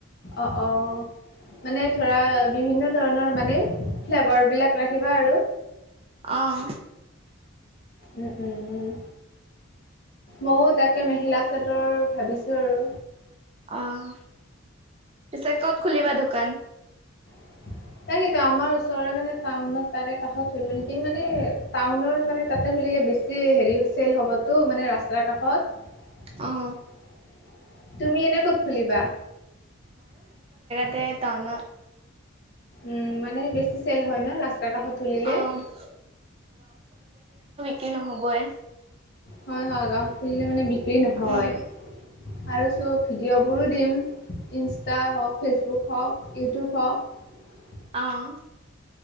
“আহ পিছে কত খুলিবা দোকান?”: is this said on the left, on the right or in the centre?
Right